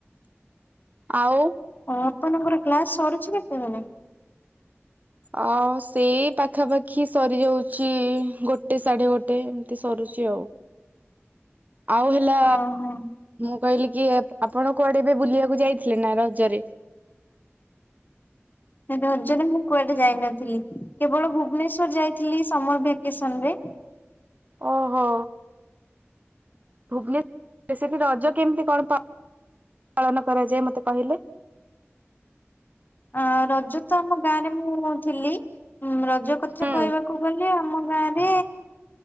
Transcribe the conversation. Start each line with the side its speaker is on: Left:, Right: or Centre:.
Right: ଆଉ
Left: ହ ଆପଣଙ୍କର କ୍ଲାସ ସରୁଛି କେତେବେଳେ?
Right: ଆଉ ସେଇ ପାଖାପାଖି ସରିଯାଉଛି ଗୋଟେ ସାଢେ ଗୋଟେ ଏମିତି ସରୁଛି ଆଉ। ଆଉ ହେଲା
Left: ହଁ ହଁ
Right: ମୁଁ କହିଲି କି ଆପଣ କୁଆଡେ ଏବେ ବୁଲିବାକୁ ଯାଇଥିଲେ ନା ରଜରେ?
Left: ରଜ ରେ ମୁଁ କୁଆଡେ ଯାଇନଥିଲି। କେବଳ ଭୁବନେଶ୍ୱର ଯାଇଥିଲି ସମର ଭେକେସନ ରେ।
Right: ଓହୋ। ଭୁବନେ ରେ ସେଠି ରଜ କେମିତି କଣ ପାଳନ କରାଯାଏ। ମତେ କହିଲେ?
Left: ଅ ରଜ ତ ଆମ ଗାଁ ରେ ମୁଁ ଥିଲି। ରଜ କଥା
Right: ହୁଁ
Left: କହିବାକୁ ଗଲେ ଆମ ଗାଁରେ